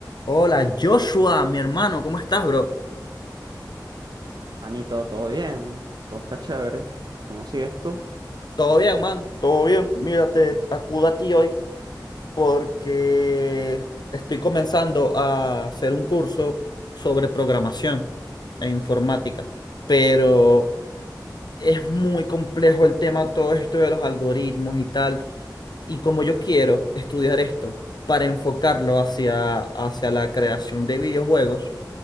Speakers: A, on the left; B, on the right.
A: Hola, Joshua, mi hermano, ¿cómo estás, bro?
B: Anito, todo bien, todo está chévere. ¿Cómo sigues tú?
A: ¿Todo bien, hermano? Todo bien, mira, te acudo a ti hoy porque estoy comenzando a hacer un curso sobre programación e informática, pero es muy complejo el tema, todo esto de los algoritmos y tal, y como yo quiero estudiar esto para enfocarlo hacia, hacia la creación de videojuegos,